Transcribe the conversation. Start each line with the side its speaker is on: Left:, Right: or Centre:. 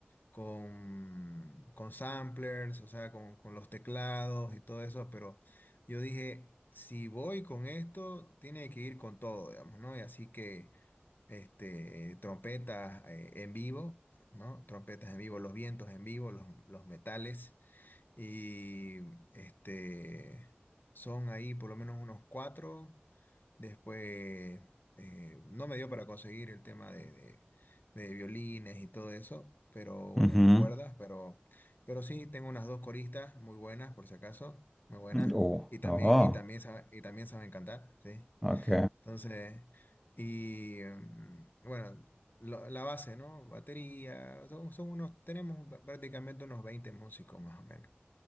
Left: con, con samplers, o sea, con, con los teclados y todo eso, pero yo dije, si voy con esto, tiene que ir con todo, digamos, ¿no? Y así que, este, trompetas eh, en vivo, ¿no? Trompetas en vivo, los vientos en vivo, los, los metales. Y este, son ahí por lo menos unos cuatro. Después eh, no me dio para conseguir el tema de, de- de violines y todo eso, pero bueno,
Centre: ujú.
Left: las cuerdas, pero, pero sí tengo unas dos coristas muy buenas, por si acaso, muy buenas.
Centre: Mm, Oh,
Left: Y también,
Centre: oh,
Left: y también, sa- y también saben cantar, ¿sí?
Centre: ok.
Left: Entonces, y mm, bueno, lo- la base, ¿no? Batería, son, son unos, tenemos pr- prácticamente unos 20 músicos más o menos.